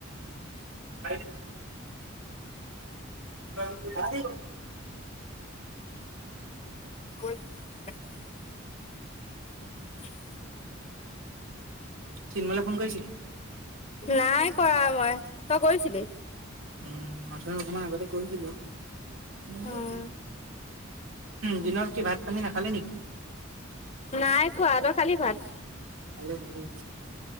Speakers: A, on the right; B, on the left.
A: <inaudible> <unintelligible> উঠিলোঁ।
B: <unintelligible>
A: চিন্মলৈ ফোন কৰিছিলি?
B: নাই কৰা মই, তই কৰিছিলি।
A: উম প্ৰথম অকণমান আগতে কৈছিলোঁ। উ
B: উম
A: দিনত কি ভাত পানী নাখালি নেকি?
B: নাই খোৱা তই খালি ভাত।
A: খালোঁ-খালোঁ।